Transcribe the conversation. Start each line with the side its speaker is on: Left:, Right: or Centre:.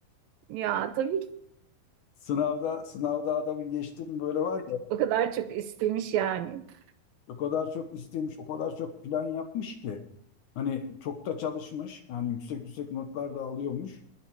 Right: Ya tabii ki
Left: Sınavda sınavda adamı geçtim böyle var ya.
Right: o kadar çok istemiş yani. <laughs>
Left: O kadar çok istemiş, o kadar çok plan yapmış ki. Hani çok da çalışmış. Yani yüksek yüksek notlar da alıyormuş.